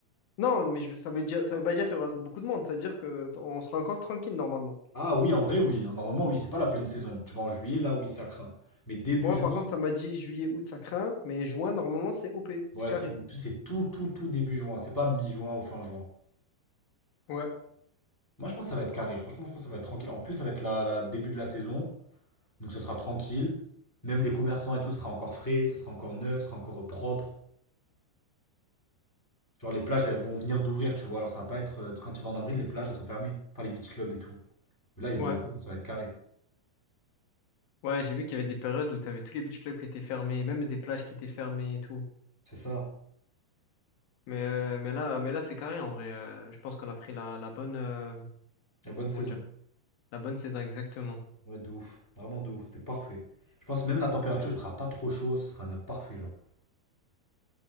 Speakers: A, on the left; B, in the centre.
A: Non, mais je, ça veut dire, ça veut pas dire qu'il y aura beaucoup de monde, ça veut dire que t- on sera encore tranquille, normalement.
B: Ah oui, en vrai, oui. Normalement, oui, c'est pas la pleine saison. Tu vas en juillet, là, oui, ça craint. Mais début
A: Moi,
B: juin,
A: par contre, ça m'a dit juillet, août, ça craint, mais juin, normalement, c'est OP, c'est
B: ouais,
A: carré.
B: c'est en plus, c'est tout, tout, tout début juin. C'est pas mi-juin ou fin juin.
A: Ouais,
B: Moi, je pense que ça va être carré. Franchement, je pense que ça va être tranquille. En plus, ça va être la, la début de la saison. Donc ce sera tranquille. Même les commerçants et tout sera encore frais, ce sera encore neuf, ce sera encore propre. Genre les plages, elles vont venir d'ouvrir, tu vois. Genre ça va pas être. euh, Parce que quand tu vas en avril, les plages, elles sont fermées. Enfin, les beach clubs et tout. Mais là, ils vont
A: ouais.
B: ouvrir, ça va être carré.
A: Ouais, j'ai vu qu'il y avait des périodes où t'avais tous les beach clubs qui étaient fermés, même des plages qui étaient fermées et tout.
B: C'est ça.
A: Mais, euh, mais là, mais là, c'est carré en vrai. Euh, je pense qu'on a pris la, la bonne, euh,
B: La bonne saison.
A: comment dire, la bonne saison exactement.
B: Ouais, de ouf. Vraiment de ouf. C'était parfait. Je pense que même la température, il fera pas trop chaud, ce sera bien parfait, genre.